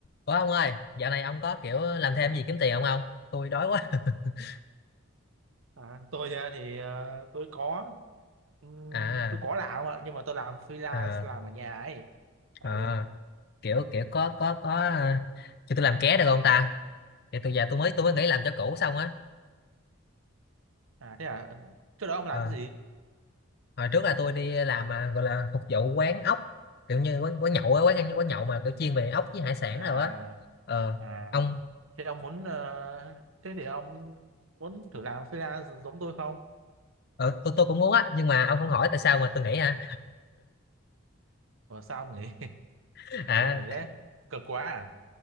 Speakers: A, on the left (about 50°); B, on the right (about 80°).
A: Ủa ông ơi, dạo này ông có kiểu làm thêm gì kiếm tiền không ông? Tôi đói quá. <laughs>
B: À, tôi ờ, thì ờ, tôi có ừm,
A: À,
B: tôi có làm ạ nhưng mà tôi làm freelance
A: à,
B: làm ở nhà ấy ừ
A: à, kiểu kiểu có có có à, cho tôi làm ké được không ta? Thì tôi giờ tôi mới tôi mới nghỉ làm cho cũ xong á.
B: à thế à Ừ. trước đó ông làm
A: Ờ,
B: cái gì
A: hồi trước là tôi đi làm à, gọi là phục vụ quán ốc, kiểu như quán quán nhậu á, quán ăn quán nhậu mà kiểu chuyên về ốc với hải sản
B: à
A: rồi á. Ờ,
B: à
A: ông
B: thế ông muốn ờ, thế thì ông muốn thử làm freelance giống tôi không
A: ờ, tôi tôi cũng muốn á, nhưng mà ông không hỏi tại sao mà tôi nghỉ hả?
B: Ủa, sao ông nghỉ <laughs>
A: <laughs> À,
B: sao ông nghỉ đấy cực quá à